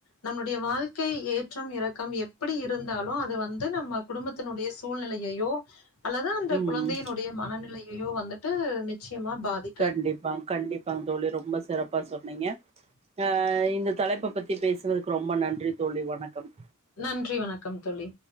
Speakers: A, on the left; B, on the right.
A: நம்மளோடய வாழ்க்கை ஏற்றம் இறக் கம் எப்படி இருந்தாலு அத வந்து நம்ம குடும்பத்தினுடைய சூழ்நிலையையோ அல்லது அந்த
B: ம்
A: குழந்தையினுடைய மனநிலையையோ வந்துட்டு நிச்சயமா பாதி
B: கண்டிப்பா கண்டிப்பாங் தோழி ரொம்ப சிறப்பா சொன்னீங்க அ இந்த தலைப்ப பத்தி பேசுறதுக்கு ரொம்ப நன்றி தோழி வணக்கம்
A: நன்றி வணக்கம் தோழி